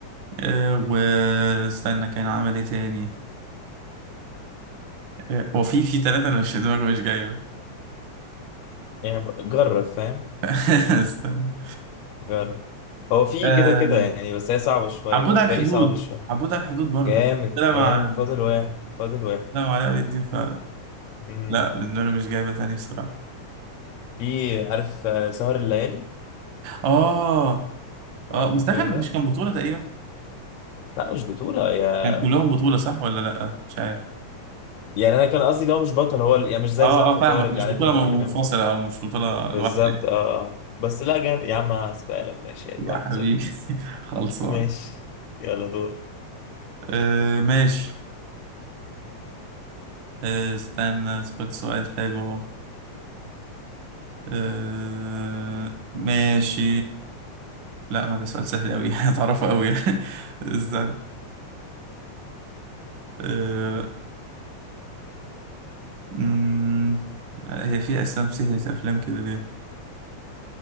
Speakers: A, on the right; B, on the left.
A: أه واستنى كان عمل ايه تاني أه وفي في في ثلاثة انا مش دماغي مش جايبة
B: يعني ب- جرب فاهم
A: <laughs> استنى
B: جرب هو في
A: أه
B: كده كده يعني بس هي صعبة شوية
A: عبود
B: الباقي
A: على الحدود
B: صعب شوية
A: عبود على الحدود برضو
B: جامد
A: لا
B: جامد
A: مع
B: فاضل واحد فاضل واحد
A: لا مع علاء ولي الدين فعلا
B: مم.
A: لا دماغي مش جايبة تاني بصراحة
B: في عارف آه، سهر الليالي
A: اه اه
B: عارف
A: بس
B: الفيلم
A: ده كان
B: ده
A: مش كان بطولة تقريبا
B: لا مش بطولة يا
A: كان كلهم بطولة صح ولا لا مش عارف
B: يعني انا كان قصدي لو مش بطل هو ال- يعني مش زي
A: اه
B: ظرف
A: اه فاهمك
B: هو رجعلاتي
A: مش بطولة
B: مجرمة
A: منفصلة او مش بطولة
B: بالظبط
A: لوحده
B: اه اه بس لا جامد يا عم هسبقلك ماشي يعني
A: يا
B: واحد
A: حبيبي
B: صفر
A: <laughs> خلصان
B: ماشي يلا دور
A: أه ماشي آه، استنى خد سؤال حلو اهو آه ماشي لا ما ده سؤال سهل أوي <laughs> هتعرفه أوي <laughs> استنى آه مم، هي في أفلام سهلة أفلام كده ليه